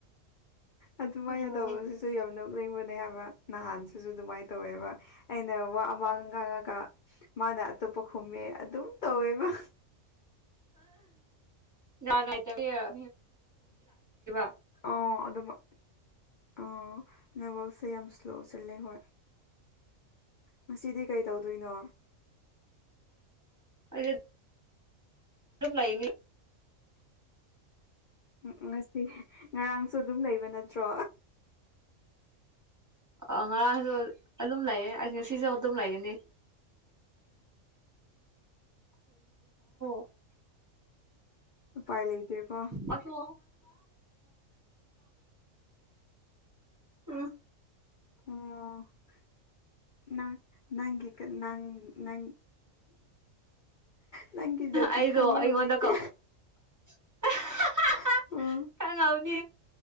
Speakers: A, on the left; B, on the right.
A: ꯑꯗꯨꯃꯥꯏꯅ
B: ꯑꯥ
A: ꯇꯧꯕꯁꯤꯁꯨ ꯌꯥꯝ ꯅꯣꯛꯅꯤꯡꯕꯅꯦ ꯍꯥꯏꯕ ꯅꯍꯥꯟꯁ꯫ ꯑꯗꯨꯁꯨ ꯑꯗꯨꯃꯥꯏꯅ ꯇꯧꯋꯦꯕ ꯑꯩꯅ ꯋꯥ ꯑꯃ ꯉꯥꯡꯉꯒ ꯃꯥꯅ ꯑꯇꯣꯞꯄ ꯈꯨꯝꯃꯦ ꯑꯗꯨꯝ ꯇꯧꯋꯦꯕ
B: ꯑ ꯂꯥꯛꯕ <unintelligible>
A: ꯑꯣ ꯑꯗꯨꯃꯛ ꯑ ꯅꯦꯠꯋꯥꯛꯁꯦ ꯌꯥꯝ ꯁ꯭ꯂꯣ ꯆꯜꯂꯦ ꯍꯣꯏ ꯉꯁꯤꯗꯤ ꯀꯩ ꯇꯧꯗꯣꯏꯅꯣ
B: ꯑꯗꯨ ꯑꯗꯨꯝ ꯂꯩꯅꯤ꯫
A: ꯎꯝ ꯉꯁꯤ ꯉꯔꯥꯡꯁꯨ ꯑꯗꯨꯝ ꯂꯩꯕ ꯅꯠꯇ꯭ꯔꯣ
B: ꯑ ꯉꯔꯥꯡꯁꯨ ꯑꯗꯨꯝ ꯂꯩꯌꯦ ꯑꯩ ꯉꯁꯤꯁꯨ ꯑꯗꯨꯝ ꯂꯩꯒꯅꯤ <unintelligible>
A: ꯎꯄꯥꯏ ꯂꯩꯇꯦꯀꯣ
B: ꯨꯝꯥꯏꯜ ꯎ
A: ꯑꯣ ꯅꯪ ꯒꯤ ꯀ ꯅꯪ ꯅꯪ ꯅꯪꯒꯤ ꯖꯥꯇꯤ
B: ꯑꯩꯗꯣ
A: ꯈꯪꯉꯦ
B: ꯑꯩꯉꯣꯟꯗꯀꯣ
A: ꯍꯧꯖꯤꯛꯇꯤ
B: <inaudible>
A: ꯎ
B: ꯀꯪꯗꯧꯅꯤ